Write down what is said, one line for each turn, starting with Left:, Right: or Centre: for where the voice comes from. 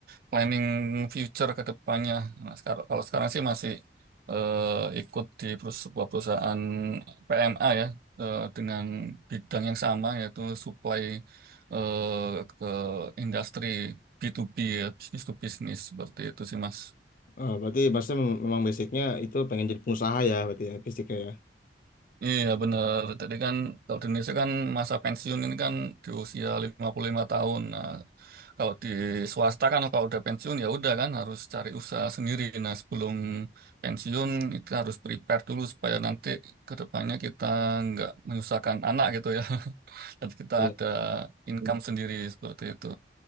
Right: planning future ke depannya. Nah, sekar- kalau sekarang sih masih eh, ikut di perus- sebuah perusahaan PMA ya eh, dengan bidang yang sama yaitu supply eh, ke industri B2B ya, bisnis to bisnis seperti itu sih Mas.
Left: Ah, berarti maksudnya mem- memang basicnya itu pengen jadi pengusaha ya berarti ya basicnya ya
Right: Iya benar. Tadi kan kalau di Indonesia kan masa pensiun ini kan di usia 55 tahun. Nah, kalau di swasta kan kalau udah pensiun ya udah kan harus cari usaha sendiri. Nah, sebelum pensiun itu harus prepare dulu supaya nanti ke depannya kita nggak menyusahkan anak gitu ya. <laughs> Dan kita
Left: iya
Right: ada income sendiri seperti itu.